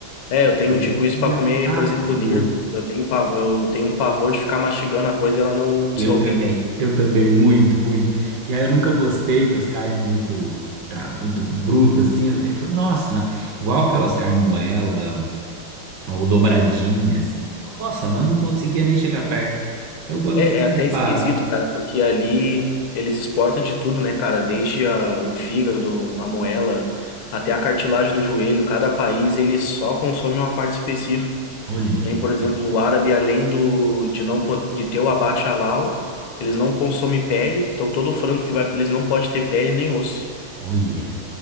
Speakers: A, on the left (about 75°); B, on the right (about 65°).
A: É, eu tenho
B: Eu
A: tipo isso
B: tinha
A: pra comer,
B: pavor.
A: por exemplo, nervo. Eu tenho pavor, eu tenho um pavor de ficar mastigando a coisa e ela não dissolver.
B: Eu também, eu também, muito, muito. E aí eu nunca gostei das carnes muito, tra- muito brutas, assim. Eu falei, nossa, não. Igual aquelas carnes moela ou dobradinha, assim. Nossa, mas eu não conseguia nem chegar perto. Então quando
A: É,
B: fui
A: é até esquisito,
B: para,
A: cara, porque ali eles exportam de tudo, né, cara? Desde a- o fígado, a moela, até a cartilagem do joelho. Cada país ele só consome uma parte específica.
B: olha
A: Nem,
B: que loucura,
A: por exemplo, o árabe, além do de não po- de ter o abate halal, eles não consomem pele. Então todo frango que vai para eles não pode ter pele nem osso.
B: olha.